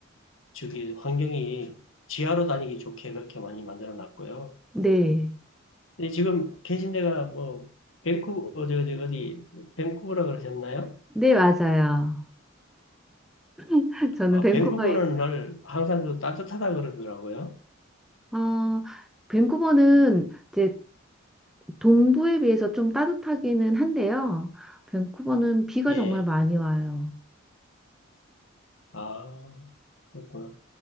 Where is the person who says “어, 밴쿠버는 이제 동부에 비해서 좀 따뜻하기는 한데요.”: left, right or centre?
Centre